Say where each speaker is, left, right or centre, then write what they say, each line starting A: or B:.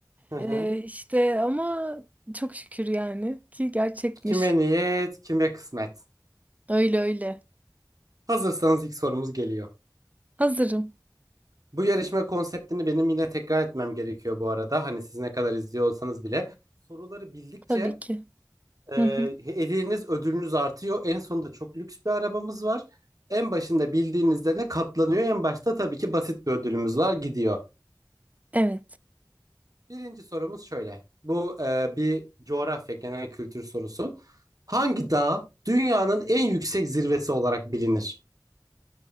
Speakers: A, on the right; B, on the right.
A: Hı hı.
B: Ee, işte ama çok şükür yani ki gerçekmiş.
A: Kime niyet, kime kısmet.
B: Öyle öyle.
A: Hazırsanız ilk sorumuz geliyor.
B: Hazırım
A: Bu yarışma konseptini benim yine tekrar etmem gerekiyor bu arada. Hani siz ne kadar izliyor olsanız bile. Soruları bildikçe
B: tabii ki.
A: Ee,
B: Hı hı.
A: hediyeniz ödülünüz artıyor. En sonunda çok lüks bir arabamız var. En başında bildiğinizde de katlanıyor. En başta tabii ki basit bir ödülümüz var gidiyor.
B: Evet.
A: Birinci sorumuz şöyle. Bu e, bir coğrafya genel kültür sorusu. Hangi dağ dünyanın en yüksek zirvesi olarak bilinir?